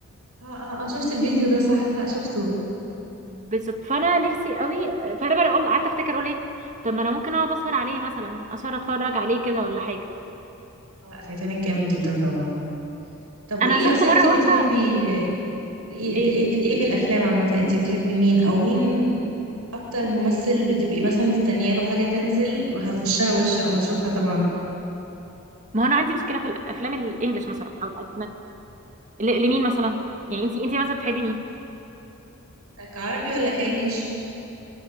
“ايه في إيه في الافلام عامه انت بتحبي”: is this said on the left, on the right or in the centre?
Right